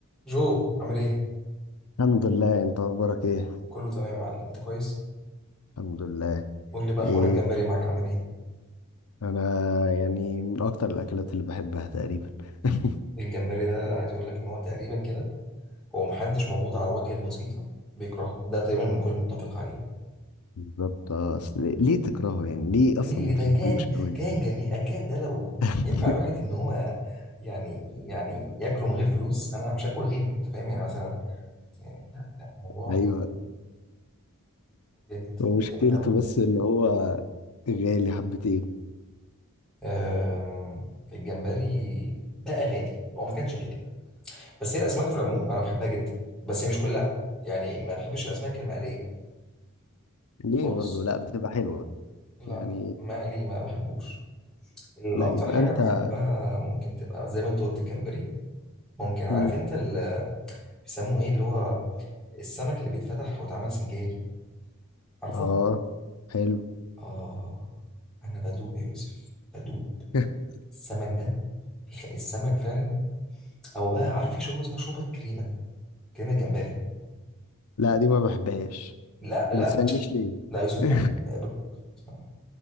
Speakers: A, in the centre; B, on the left.
A: جو عامل ايه؟
B: الحمد لله انت اخبارك ايه
A: كله تمام يا معلم انت كويس؟
B: الحمد لله
A: قول لي بقى
B: ايه
A: حوار الجمبري معاك عامل ايه؟
B: انا يعني من اكتر الاكلات اللي بحبها تقريبا <laughs>
A: الجمبري ده عايز اقول لك ان هو تقريبا كده هو محدش موجود على وجه البسيطة بيكرهه ده تقريبا الكل متفق عليه
B: بالظبط اصل ليه تكرهه يعني ليه اصلا
A: ليه
B: ما
A: ليه ده
B: تحبوش
A: كان
B: كمان
A: كان جميل كان ده لو
B: <laughs>
A: ينفع الواحد ان هو يعني يعني ياكله من غير فلوس انا مش هاكل غيره انت فاهم يعني مثلا يعني لا لا الموضوع
B: ايوه
A: جامد
B: هو مشكلته
A: جامد قوي
B: بس ان هو غالي حبتين
A: أم، الجمبري بقى غالي هو ما كانش غالي بس هي الاسماك في العموم انا بحبها جدا بس هي مش كلها يعني ما بحبش الاسماك المقليه
B: ليه
A: خالص
B: برضو لا بتبقى حلوه
A: لا
B: يعني
A: مقلي ما بحبوش الاكتر
B: لا يبقى
A: حاجه
B: انت
A: بحبها ممكن تبقى زي ما انت قلت الجمبري ممكن عارف
B: مم.
A: انت اللي بيسموه ايه اللي هو السمك اللي بيتفتح واتعمل سنجاري عارفه
B: اه حلو
A: اه انا بدوب يا يوسف بدوب
B: <laughs>
A: السمك ده بيخ- السمك فعلا او بقى عارف في شوربه اسمها شوربه كريمه كريمه جمبري
B: لا دي ما بحبهاش
A: لا لا
B: وما تسألنيش ليه
A: لا يا يوسف
B: <laughs>
A: بوك خلاص بقى.